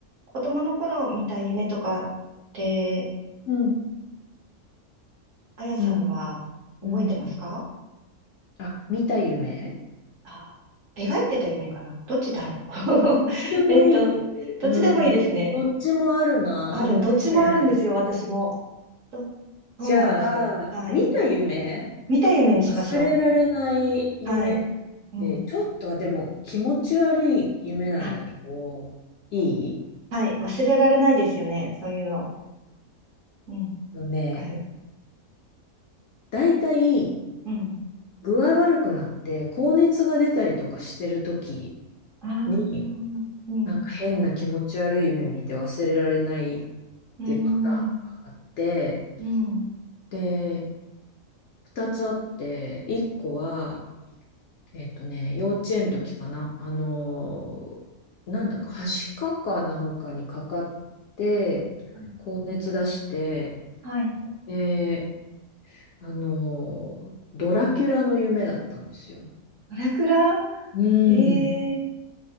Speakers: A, on the right; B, on the left.
A: 子供の頃見た夢とかって、
B: うん。
A: あやさんは覚えてますか
B: うん、うん。あ、見た夢
A: あ、描いてた夢かなどっちだろう
B: どっちでもいいよ。
A: <laughs> えっと、どっちでもいいですね。
B: うん。どっちもあるな。
A: ある、
B: あのね、
A: どっちもあるんですよ、私も。ど、
B: じゃ
A: そうなんですよ。
B: あ、
A: はい。
B: 見た夢
A: 見た夢にしましょ
B: 忘れられない夢っ
A: う。はい。うん。
B: て、ちょっとはでも気持ち悪い夢なんだけど、
A: あ、
B: いい
A: はい。忘れられないですよね、そういうの。うん。わ
B: のね、
A: かる。
B: だいたい
A: うん。
B: 具合悪くなって高熱が出たりとかしてる時
A: ああ、うん。
B: に、なんか変な気持ち悪い夢見て忘れられないっ
A: うーん。
B: てパターンがあって、
A: うん。
B: で、二つあって、一個は、えっとね、幼稚園の時かな、あのー、なんだか、はしかかなんかにかかって、
A: はい。
B: 高熱出して、
A: はい。
B: で、あのー、ドラキュラの夢だったんですよ。
A: ドラクラ
B: う
A: ええ
B: ん。